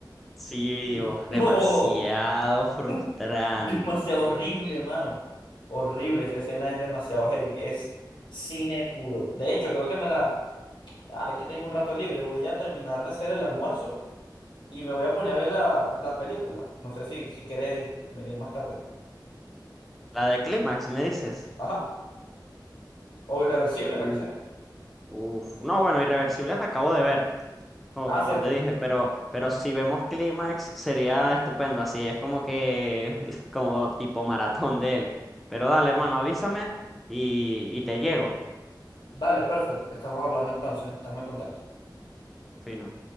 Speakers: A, in the centre; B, on the left (about 85°).
A: Sí,
B: <laughs>
A: Dios,
B: No.
A: demasiado frustrante.
B: <laughs> Demasiado horrible, mano. Horrible, esa escena es demasiado heavy. Es cine puro. De hecho, creo que me la... Ahorita tengo un rato libre. Voy a terminar de hacer el almuerzo y me voy a poner a ver la, la película. No sé si, si quieres venir más tarde.
A: La de Clímax, ¿me dices?
B: Ajá. O Irreversible,
A: Uf.
B: la que sea.
A: Uf. No, bueno, Irreversible la acabo de ver, como,
B: Ah,
A: como
B: cierto.
A: te dije, pero, pero si vemos Clímax sería estupendo, así es como que, <laughs> como tipo maratón de él. Pero dale, hermano, avísame y, y te llego.
B: Dale, perfecto. Estamos hablando entonces. Estamos en contacto.
A: Fino.